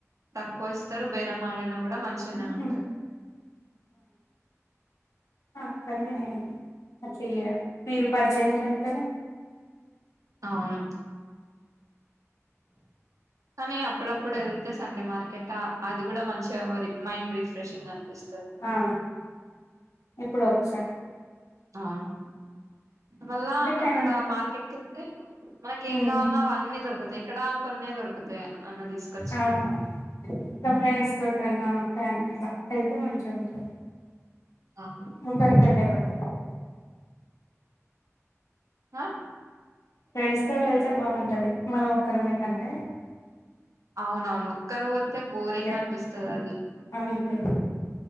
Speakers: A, on the right; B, on the left.
A: తక్కువ ఇస్తారు బేర మ డిన కూడా మంచిగానే
B: ఉహు,
A: ఉంటది
B: ఒక్కరినే అట్ల ఇగ పీర్ పరిచయం కూడా అవుతారు
A: అవును కానీ అప్పుడప్పుడు వెళ్తే సండే మార్కెటా అది కూడా మంచి మెమరీ మైండ్ రిఫ్రెషింగ్గా అనిపిస్తది
B: ఆ, ఎప్పుడో ఒకసారి
A: అవును మళ్ళా
B: అంటే ఫ్రెండ్
A: అక్కడ మార్కెట్కి వెళ్తే మనకి
B: హ్మ్
A: ఏం కావాల్నో అవన్నీ దొరుకుతాయి ఇక్కడ కొన్నే దొరుకుతాయి అమ్మ తీసుకొచ్చింది
B: అవును ఇలా ఫ్రెండ్స్ తోటి అన్న ఫ్యామి ఇట్లా వెళ్తే మంచిగా ఉంటుంది
A: అవును
B: ముకరి కంటె కూడా
A: ఆ
B: ఫ్రెండ్స్ తోటి వెళ్తే బాగుంటుంది మనం ఒకరిమేకంటే
A: అవునవును ఒక్కరు పోతే బోరింగ్
B: యాహ్!
A: అనిపిస్తది అది
B: అంతే